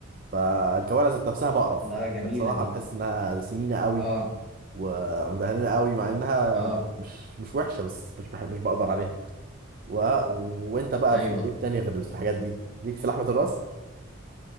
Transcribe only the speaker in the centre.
لا جميله
دي
اه
اه
ايوه